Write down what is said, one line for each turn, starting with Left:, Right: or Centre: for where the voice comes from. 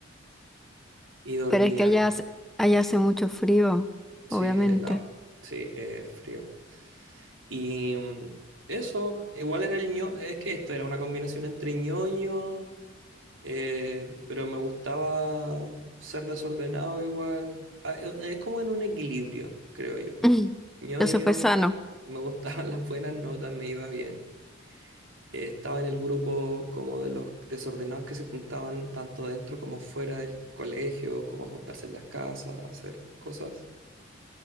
Right: y dormía.
Centre: Pero es que allá, hace- allá hace mucho frío,
Right: Sí,
Centre: obviamente.
Right: helado. Sí, eh, frío. Y mm, eso, igual era el ño, es que esto era una combinación entre ñoño, eh, pero me gustaba ser desordenado igual. Ah, eh, Es como en un equilibrio, creo yo.
Centre: <laughs>
Right: ñoño,
Centre: Eso fue sano.
Right: me gustaban <laughs> las buenas notas, me iba bien. eh, estaba en el grupo como de los desordenados que se juntaban tanto dentro como fuera del colegio, como a juntarse en las casas, a hacer cosas.